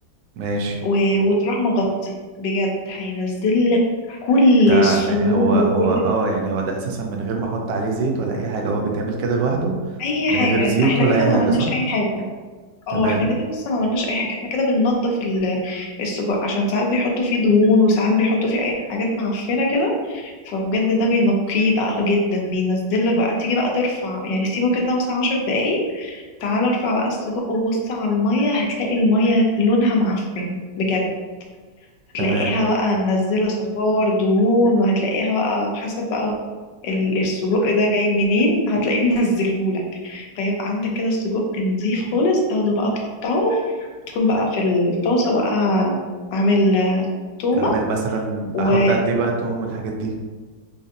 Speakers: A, on the right; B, on the left.
A: ماشي
B: و... وتروح مغطي بجد هينزل لك كل
A: ده
B: السموم
A: هو هو
B: وكل الدهون
A: اه يعني هو ده اساسا من غير ما احط عليه زيت ولا اي حاجه هو بيتعمل كده لوحده
B: اي
A: من
B: حاجه
A: غير زيوت
B: احنا
A: ولا
B: كده
A: اي حاجه
B: ما عملناش
A: صح
B: اي حاجه
A: تمام
B: اه احنا كده لسه ما عملناش اي حاجه احنا كده بننضف ال- السجق عشان ساعات بيحطوا فيه دهون وساعات بيحطوا فيه اي حاجات معفنه كده فبجد ده بينقيه بقى جدا بينزل لك بقى تيجي بقى ترفع يعني سيبه كده مثلا عشر دقايق تعال ارفع بقى السجق وبص على الميه هتلاقي الميه لونها معفن بجد هتلاقيها
A: تمام
B: بقى منزلة صفار دهون وهتلاقيها بقى حسب بقى ال- السجق ده جاي منين هتلاقيه منزلهولك فيبقى عندك كده السجق نضيف خالص تاخده بقى تقطعه تكون بقى في الطاسة بقى عامل آه، تومة
A: اعمل مثلا
B: و
A: احط قد ايه بقى توم والحاجات دي